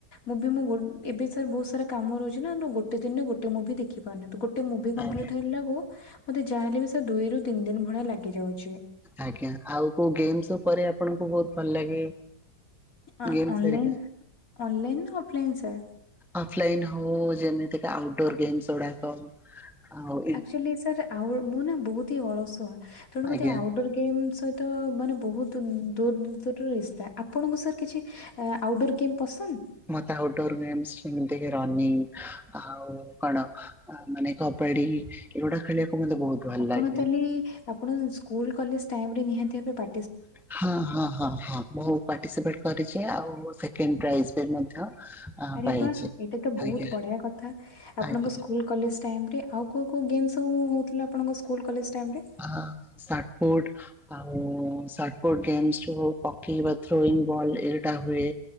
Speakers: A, on the left; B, in the centre.
A: ମୁଭି ମୁଁ ଗୋ ଏବେ ସାର୍ ବହୁତ ସାରା କାମ ରହୁଚି ନାଁ ଗୋଟେ ଦିନରେ ଗୋଟ ମୁଭି ଦେଖି ପାରୁନି। ତ ଗୋଟେ ମୁଭି କମ୍ପ୍ଲିଟ
B: ଆଜ୍ଞା
A: ହେଲା କୁ ମତେ ଯାହା ହେଲେ ବି ସେ ଦୁଇ ରୁ ତିନି ଦିନ ଭଳିଆ ଲାଗି ଯାଉଚି।
B: ଆଜ୍ଞା ଆଉ କୋଉ ଗେମ୍ସ ଉପରେ ଆପଣଙ୍କୁ ବହୁତ ଭଲ ଲାଗେ?
A: ଅନଲାଇନ୍
B: ଗେମ୍ସ ହେରିକା
A: ଅନଲାଇନ୍ ନା ଅଫଲାଇନ୍ ସାର୍?
B: ଅଫଲାଇନ ହଉ ଯେମିତିକା ଆଉଟଡୋର ଗେମସ ଗୁଡାକ ଆଉ
A: ଆକ୍ଚୁଆଲି ସାର୍ ଆଉ ମୁଁ ନା ବହୁତ ହି ଅଳସୁଆ ତେଣୁ ମତେ
B: ଆଜ୍ଞା
A: ଆଉଟଡୋର ଗେମ୍ ସ ତ ମାନେ ବହୁତ ଦୂର ଦୂର ଇସ୍ତା ଆପଣଙ୍କ ସାର୍ କିଛି ଆ ଆଉଟଡୋର୍ ଗେମ୍ ପସନ୍ଦ?
B: ମତେ ଆଉଟଡୋର ଗେମସ ଯେମିତିକି ରନିଂ ଆଉ କଣ ମାନେ କବାଡି ଏଗୁଡା ଖେଳିବାକୁ ମତେ ବହୁତ ଭଲ
A: ଆପଣ
B: ଲାଗେ।
A: ତାହଲେ ଆପଣ ସ୍କୁଲ କଲେଜ ଟାଇମରେ ନିହାତି ଭାବେ ପା
B: ହଁ ହଁ ହଁ ହଁ। ମୁ ପାର୍ଟିସିପେଟ କରିଛି ଆଉ ସେକେଣ୍ଡ ପ୍ରାଇଜ୍ ବି ମଧ୍ୟ
A: ଆରେ
B: ପାଇଛି।
A: ବାଃ ଏଇଟା ତ ବହୁତ
B: ଆଜ୍ଞା
A: ବଢିଆ କଥା ଆପଣଙ୍କ
B: ଆଜ୍ଞା।
A: ସ୍କୁଲ୍ କଲେଜ ଟାଇମରେ ଆଉ କୋଉ କୋଉ ଗେମ୍ ସବୁ ହୋଉଥିଲା ଆପଣଙ୍କ ସ୍କୁଲ୍ କଲେଜ ଟାଇମରେ?
B: ହଁ ସାଟଫୁଟ୍। ଆଉ-ଉ-ଉ-ଉ ସଟଫୁଟ୍ ଗେମସ୍ ଯୋଉ ପକେଇବା ଥ୍ରୋଇଙ୍ଗ୍ ବଲ୍ ଏଇଟା ହୁଏ।